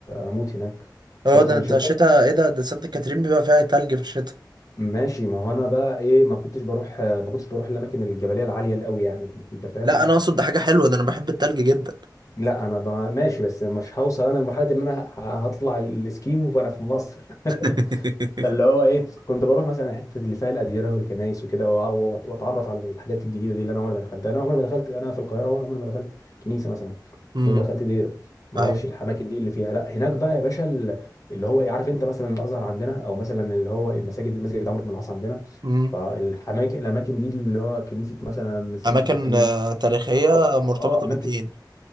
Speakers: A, on the left (about 45°); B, on the right (about 70°).
A: اموت هناك
B: اه
A: رحت
B: ده
A: في
B: انت
A: الشتاء
B: شتاء ايه ده ده سانت كاترين بيبقى فيها تلج في الشتاء
A: ماشي ما هو انا بقى ايه ما كنتش بروح ما كنتش بروح الاماكن الجبليه العاليه قوي يعني كنت- انت فاهم
B: لا انا اقصد ده حاجه حلوه ده انا بحب التلج جدا
A: لا انا ب... ماشي بس مش هوصل انا لمرحله ان انا ه- هطلع الاسكيمو وانا في مصر
B: <laughs>
A: <laughs> فاللي هو ايه كنت بروح مثلا الحته اللي فيها الاديره والكنايس وكده وأ- وأت- واتعرف على الحاجات الجديده دي اللي انا عمري ما دخلتها انا عمري ما دخلت انا في القاهره وانا عمري ما دخلت كنيسه مثلا
B: امم
A: عمري ما دخلت دير ما
B: ايوه
A: اعرفش الاماكن دي اللي فيها لا هناك بقى يا باشا ال- اللي هو إيه، عارف انت مثلا الازهر عندنا او مثلا اللي هو المساجد مسجد عمرو بن العاص عندنا
B: امم
A: فالاماكن الاماكن دي اللي هو كنيسه مثلا سانت
B: اماكن
A: كاترين
B: آه، تاريخيه
A: أو-
B: مرتبطه
A: اه اماكن
B: بالدين